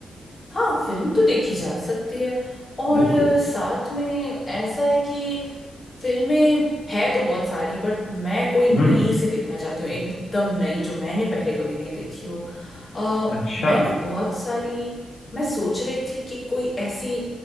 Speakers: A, on the left (about 20°); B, on the left (about 65°).
A: हाँ फिल्म तो देखी जा सकती है और
B: बिल्कुल
A: अ, साथ में ऐसा है कि फिल्में है तो बहुत सारी बट मैं कोई नई
B: हम्म
A: सी देखना चाहती हूँ एकदम नई जो मैंने पहले कभी नहीं देखी हो अ,
B: अच्छा
A: मैं ना बहुत सारी मैं सोच रही थी कि कोई ऐसी